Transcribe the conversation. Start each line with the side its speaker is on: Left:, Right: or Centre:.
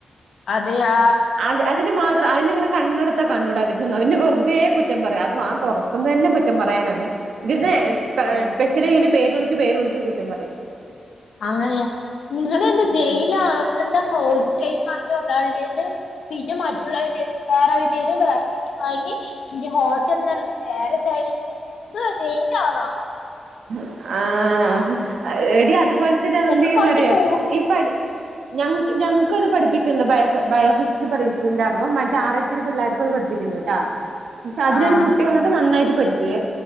Left: അതെയാ
Right: അത് അതിന് മാത്രം അയിന്ങ്ങനെ കണ്ണെടുത്താകണ്ടൂട <unintelligible> തെ കുറ്റം പറ്യാ അതും വാ തൊറക്കുന്നന്നെ കുറ്റം പറയാനാണ് ഇവര്നെ
Left: ഏ
Right: സ്പെഷ്യലി ഇങ്ങനെ പേര് വിളിച്ച് പേര് വിളിച്ച് കുറ്റം പറയും
Left: അങ്ങനെയാ നിങ്ങളു എന്താ ജയിലാണോ
Right: ഉം
Left: <unintelligible> വാങ്ങിയത് പിന്നെ മറ്റുള്ളവരുടെത് <unintelligible> ഹോസ്റ്റല് നടത്തി <unintelligible> സീനാണൊ
Right: മ്ഹ് ആഹ് ഏടി അ അതുപോല് തന്നെ
Left: ഇതൊക്കെ
Right: അതെന്തയ്യുന്നറിയൊ
Left: കൊറച്ച് കൂടില്ലേ
Right: ഈ പഠി ഞങ്ങ്ക്ക് ഞങ്ങ്ക്കത് പഠിപ്പിക്ക്ണ്ട് ബയോഫ് ബയോഫിസിക്സ് <unintelligible> ഇരിപ്പുണ്ടായിരുന്നു മറ്റെ ആറായിത്തിരു പിള്ളാർക്കും ഇത് പഠിപ്പിക്ക്ണ്ട്ട്ടൊ പക്ഷെ അതിലൊരു
Left: ആഹ്
Right: കുട്ടി വന്നിട്ട് നന്നായിട്ട് പഠിക്കേ